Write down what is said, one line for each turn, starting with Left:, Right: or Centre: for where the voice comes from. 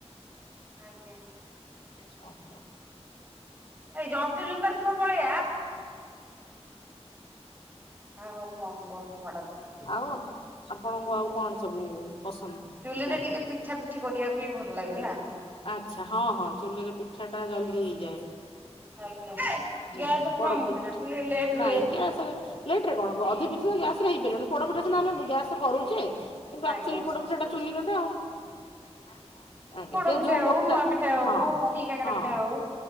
Right: ଆଜ୍ଞା
Left: ହଁ ୟା
Right: ଏଇ ଜନ୍ତୁ ଜୁନ୍ତା ଥିବ ପଳେୟା। ହଁ ହଉ କଣ କୁହ <unintelligible>
Left: ଆଉ ଆପଣଙ୍କୁ ଆଉ କଣ ସବୁ ପସନ୍ଦ
Right: ଚୁଲିରେ
Left: କୁହନ୍ତୁ
Right: ଟିକେ ପିଠା ପିଠି କରିବାକୁ ବି ଭଲ ଲାଗେ ନା
Left: ଆଛା ହଁ ହଁ ଚୁଲିରେ ପି ପା ଜଲଦି ହେଇଯାଏ। ହୁଁ
Right: ଆଜ୍ଞା। ଗ୍ୟାସରେ
Left: ପୋଡପିଠ
Right: କଣ ନା ଟିକେ ଲେଟ୍
Left: ନାଇଁ
Right: ହୁଏ
Left: ଗ୍ୟାସ ରେ ଲେଟ ରେ କଣ ଅଧେ ପିଠା ଗ୍ୟାସ ରେ ହେଇପାରିବନି ପୋଡପିଠା ସିନା ଆମେ ଗ୍ୟାସରେ କରୁଛେ କିନ୍ତୁ ଆକଚୁଆଲି
Right: ଆଜ୍ଞା।
Left: ପୋଡପିଠା ଟା ଚୁଲି ରେ ନା ଆଉ ଆଜ୍ଞା
Right: ପୋଡ
Left: ଯେ
Right: ପିଠା
Left: ଯୋଉ ମୋଟା
Right: ହଉ ମୁୂଆ ପିଠା ହଉ
Left: ହଁ
Right: କି କାକରା
Left: ହଁ
Right: ପିଠା ହଉ